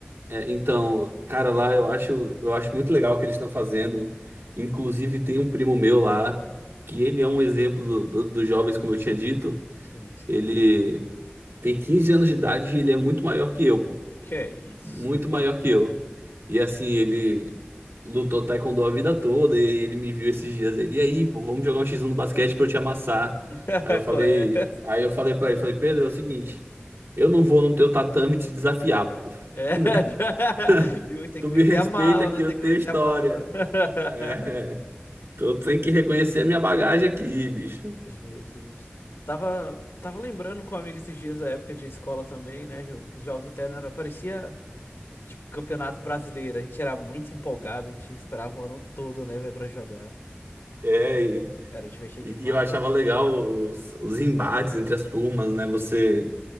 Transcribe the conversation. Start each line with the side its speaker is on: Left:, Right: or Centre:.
Right: É, então, cara, lá eu acho, eu acho muito legal o que eles estão fazendo. Inclusive, tem um primo meu lá, que ele é um exemplo do, do- dos jovens, como eu tinha dito.
Left: Sim, sim.
Right: Ele tem 15 anos de idade e ele é muito maior que eu, pô.
Left: Que é isso?
Right: Muito maior que eu. E assim, ele lutou taekwondo a vida toda e aí ele me viu esses dias ele, e aí, pô, vamos jogar um X1 no basquete pra eu te amassar.
Left: <laughs>
Right: Aí eu falei,
Left: Qual é?
Right: aí eu falei pra ele, falei, Pedro, é o seguinte, eu não vou no teu tatame te desafiar, pô,
Left: É,
Right: <laughs> né?
Left: <laughs> já-
Right: <laughs>
Left: justo, tem
Right: Tu
Left: que
Right: me
Left: meter
Right: respeita
Left: a mala,
Right: que
Left: né?
Right: eu
Left: Tem que
Right: tenho
Left: meter
Right: história.
Left: a mala. <laughs>
Right: É, tu tem que reconhecer a minha bagagem aqui, bicho.
Left: Justo, justo. Tava, tava lembrando com um amigo esses dias da época de escola também, né? que Os jogos internos era, parecia. Tipo, Campeonato Brasileiro, a gente era muito empolgado, a gente esperava o ano todo, né, velho, pra jogar.
Right: É, e,
Left: Era divertido
Right: e
Left: demais.
Right: eu achava legal os, os embates entre as turmas, né? Você